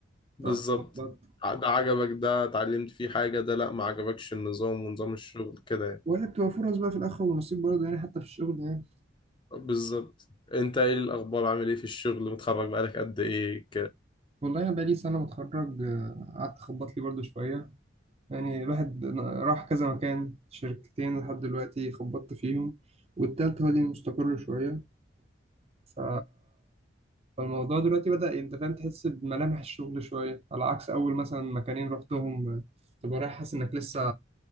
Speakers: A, on the left; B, on the right.
A: بالظبط
B: تقعد تخبط
A: ده عجبك ده اتعلمت فيه حاجة ده لا ما عجبكش النظام ونظام الشغل كده يعني
B: ولا بتبقى فرص بقى في الاخر ونصيب برضه يعني حتى في الشغل يعني
A: بالظبط انت ايه الاخبار عامل ايه في الشغل متخرج بقالك قد ايه
B: والله انا بقالي سنه متخرج آه، قعدت اخبط لي برضه شويه يعني الواحد راح كذا مكان شركتين لحد دلوقتي خبطت فيهم والتالت هو اللي مستقر شوية ف... فالموضوع دلوقتي بدأ انت فاهم تحس بملامح الشغل شوية على عكس أول مثلا مكانين رحتهم تبقى رايح حاسس إنك لسه